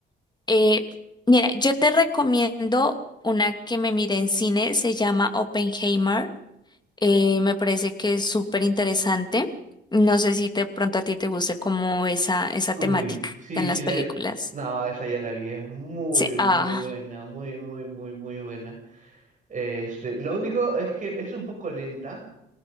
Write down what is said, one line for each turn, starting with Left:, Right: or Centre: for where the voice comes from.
Left: Eh, mira, yo te recomiendo una que me miré en cine, se llama Oppenheimer. Eh, me parece que es súper interesante. No sé si de pronto a ti te guste como esa, esa
Right: Uy,
Left: temática
Right: sí,
Left: en
Right: sí
Left: las
Right: le...
Left: películas.
Right: No, esa ya la vi, es muy,
Left: Sí, ah,
Right: muy buena, muy, muy, muy, muy buena. Este, lo único es que es un poco lenta